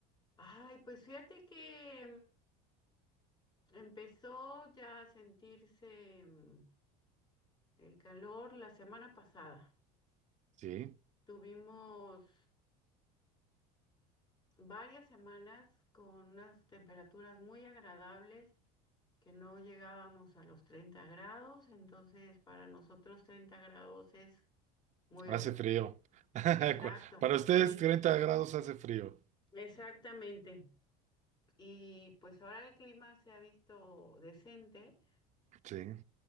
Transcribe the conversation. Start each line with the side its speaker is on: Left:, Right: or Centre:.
Left: Ay, pues fíjate que mm, empezó ya a sentirse mm, el calor la semana pasada.
Right: Sí,
Left: Tuvimos varias semanas con unas temperaturas muy agradables, que no llegábamos a los 30 grados, entonces para nosotros 30 grados es muy
Right: hace
Left: a gusto.
Right: frío. <laughs> Cu-
Left: Exacto,
Right: Para ustedes
Left: sí,
Right: 30 grados hace frío.
Left: exactamente. Y pues ahora el clima se ha visto decente
Right: Sí.